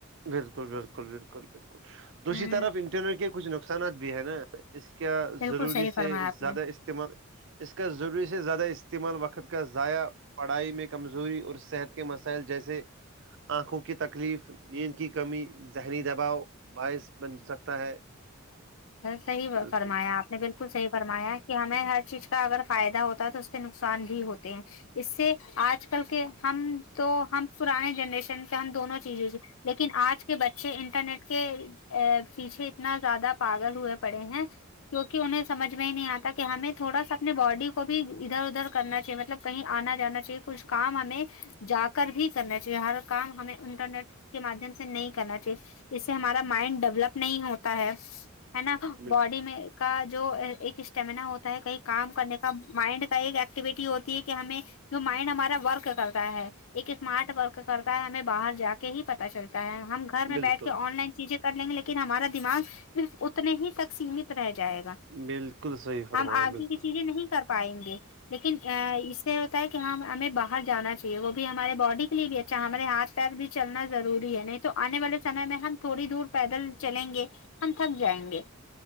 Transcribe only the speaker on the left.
ہ
بالکل
صحیح
فرمایا آپ
نے
صحیح
فرمایا آپ نے بالکل بالکل صحی فرمایا کہ ہمیں ہر چیز کا اگر فائدہ ہوتا ہے تو اس سے نقصان بھی ہوتے ہیں اس سے آج کل کے ہم تو ہم پرانے جنریشن کے ہم دونوں چیزوں سے لیکن آج کے بچے انٹرنیٹ کے <unintelligible> ا پیچھے اتنا زیادہ پاگل ہوئے پڑے ہیں کیوںکہ انہیں سمجھ میں ہی نہیں آتا کہ ہمیں تھوڑا سا اپنے باڈی کو بھی ادھر ادھر کرنا چاہیے مطلب کہیں آنا جانا چاہیے کچھ کام ہمیں جا کر بھی کرنا چاہیے ہر کام ہمیں انٹرنیٹ کے مادھیم سے نہیں کرنا چاہیے اس سے ہمارا مائنڈ ڈولپ نہیں ہوتا ہے ہے نا
باڈی میں کا جو ایک اسٹیمناا ہوتا کہیں کام کرنے کا مائنڈ کا ایک ایکٹیوٹی ہوتی ہے کہ ہمیں جو مائنڈ ہمارا ورک کر رہا ہے ایک اسمارٹ ورک کرتا ہے ہمیں باہر جا کے ہی پت چلتا ہے ہم گھر میں
بیٹھ کے آن لائن چیزیں کر لیں گے لیکن ہمارا دماغ صرف اتنے ہی تک سیمت رہ جائے گا
ہم آگے
کی چیزیں نہیں کر پائیں گے لیکن ا اس سے ہوتا ہے کہ ہم ہمیں باہر جانا چاہیے وہ بھی ہمارے باڈی کے لیے بھی اا ہمارے ہاتھ پیر بھی چلنا ضروری ہے نہیں تو آنے والے سے میں ہم تھوڑی دور پیدل چلیں گے ہم تھک جائیں گے